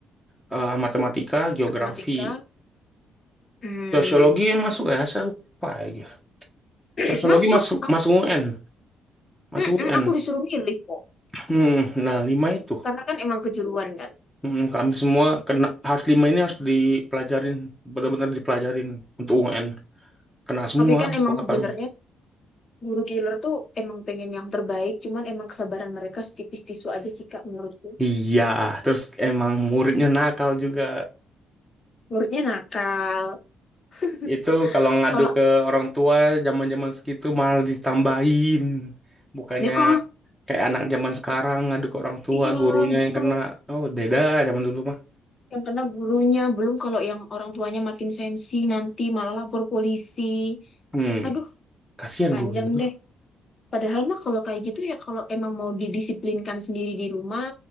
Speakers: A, in the centre; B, on the left (about 40°).
A: ah, matematika, geografi,
B: Matematika. Hmm,
A: sosiologi yang masuk ya saya lupa ya.
B: <clears throat>
A: Sosiologi
B: masuk.
A: masuk
B: Aku
A: masuk UN. Mas
B: mm,
A: UN.
B: mm, aku disuruh milih kok.
A: Hmm, nah, lima itu.
B: Karena kan emang kejuruan kan.
A: Hmm, kami semua kena harus lima ini harus dipelajarin, benar-benar dipelajarin untuk UN. Kena semua
B: Tapi kan
A: sekolah
B: emang sebenarnya
A: kami.
B: guru killer tuh emang pengen yang terbaik, cuman emang kesabaran mereka setipis tisu aja sih Kak menurutku.
A: Iya, terus emang muridnya nakal juga.
B: Muridnya nakal. <laughs>
A: Itu kalau ngadu
B: Kalau
A: ke orang tua zaman-zaman segitu malah ditambahin. Bukannya
B: ini ah,
A: kayak anak zaman sekarang ngadu ke orang tua,
B: iya
A: gurunya
B: betul.
A: yang kena. Oh, beda zaman dulu mah.
B: Yang kena gurunya, belum kalau yang orang tuanya makin sensi nanti malah lapor polisi.
A: Hmm,
B: Aduh,
A: kasihan
B: panjang
A: gurunya tuh.
B: deh. Padahal mah kalau kayak gitu ya kalau emang mau didisiplinkan sendiri di rumah,